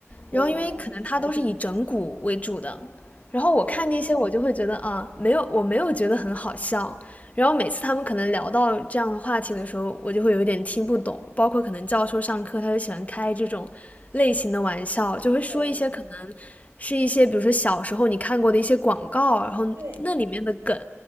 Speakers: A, on the right; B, on the left.
A: 我也不感兴趣。
B: 然后因为可能它都是以整蛊为主的，然后我看那些我就会觉得啊，
A: 对
B: 没有，我没有觉得很好笑，然后每次他们可能聊到这样的话题的时候，我就会有一点听不懂。包括可能教授上课，他就喜欢开这种类型的玩笑，就会说一些可能是一些，
A: 对
B: 比如说小时候你看过的一些广告，然后那里面的梗，
A: 对